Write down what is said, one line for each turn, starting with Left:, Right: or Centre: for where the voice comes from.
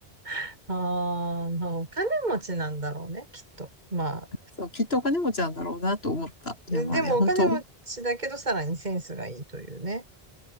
Right: <laughs> ああ、まあお金持ちなんだろうね、きっと。まあ、
Left: そう、きっとお金持ちなんだろうなと思った。いや、まあね、
Right: でもお金持ちだけどさらにセンスがいいというね。
Left: 本当